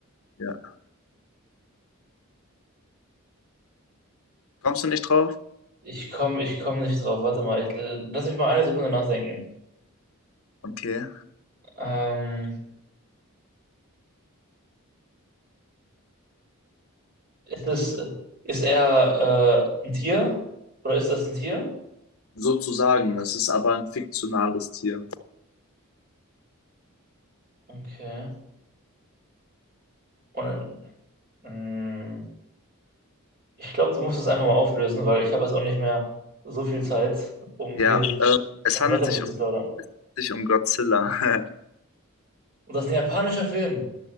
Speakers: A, on the left (about 75°); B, on the right (about 45°).
A: Ja. Kommst du nicht drauf?
B: ich komme ich komm nicht drauf. Warte mal, ich, lass mich mal eine Sekunde nachdenken.
A: Okay.
B: Ähm, ist es, ist er äh, ein Tier? Oder ist das ein Tier?
A: Sozusagen. Es ist aber ein fiktionales Tier.
B: Okay. Und, mm, Ich glaube, du musst es einfach mal auflösen, weil ich habe jetzt auch nicht mehr so viel Zeit, um
A: Ja,
B: hier
A: äh, es
B: um
A: handelt
B: weiter
A: sich
B: mit dir zu
A: um,
B: plaudern.
A: es handelt sich um Godzilla. <laughs>
B: Und das ist ein japanischer Film.